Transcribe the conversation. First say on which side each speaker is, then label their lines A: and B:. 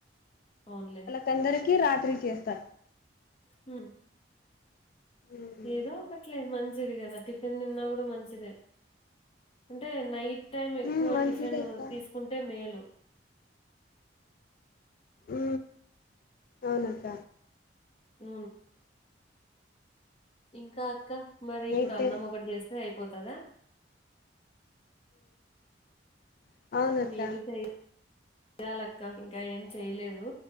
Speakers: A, on the left; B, on the left.
A: అవును లే
B: తందరికి రాత్రి చేస్తా
A: ఉ
B: మ్మ్
A: ఏదో ఒకట్లే మంచిది కదా టిఫిన్ తిన్నా కూడా మంచిదే అంటే నైట్ టైం ఎక్కువ
B: మ్మ్ మంచిదే
A: టిఫిన్
B: అక్క
A: తీసుకుంటే మేలు
B: ఊ అవునక్క
A: ఊ ఇంకా అక్క మరి
B: నైట్
A: ఇప్పుడు
B: టైం
A: అన్నం ఒకటి చేస్తే అయిపోతదా
B: అవును అవునక్క
A: నేను చెయ చేయాలక్క ఇంకా ఏం చేయలేదు